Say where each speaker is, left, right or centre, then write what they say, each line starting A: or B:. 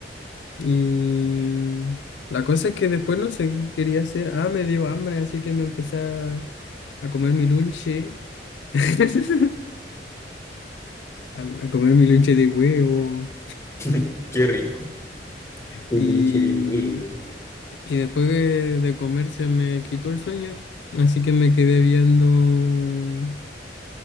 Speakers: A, on the left; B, on the left.
A: Y la cosa es que después no sé qué quería hacer. Ah, me dio hambre, así que me empecé a, a comer mi lunche. <laughs> A, a comer mi lunche de huevo.
B: <laughs> Qué rico. Un
A: Y,
B: lonche de huevo.
A: y después de, de comer se me quitó el sueño. Así que me quedé viendo